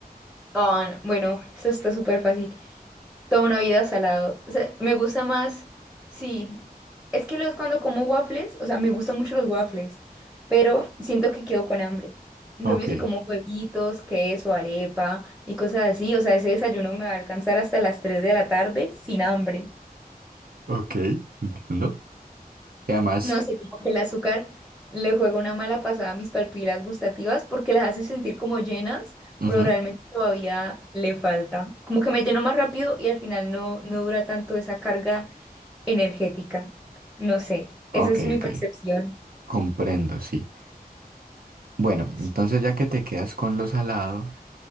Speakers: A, in the centre; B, on the right.
A: Ah, bueno, eso está súper fácil. Toda una vida salado. O sea, me gusta más, sí. Es que los, cuando como waffles, o sea, me gustan mucho los waffles, pero siento que quedo con hambre. En
B: Ok,
A: cambio, si como huevitos, queso, arepa y cosas así, o sea, ese desayuno me va a alcanzar hasta las 3 de la tarde sin hambre.
B: ok, entiendo. Y además,
A: No sé, como que el azúcar le juega una mala pasada a mis papilas gustativas porque las hace sentir como llenas,
B: ujú,
A: pero realmente todavía le falta. Como que me lleno más rápido y al final no, no dura tanto esa carga energética. No sé,
B: ok,
A: esa es mi
B: ok,
A: percepción.
B: comprendo, sí. Bueno,
A: Sí.
B: entonces ya que te quedas con lo salado,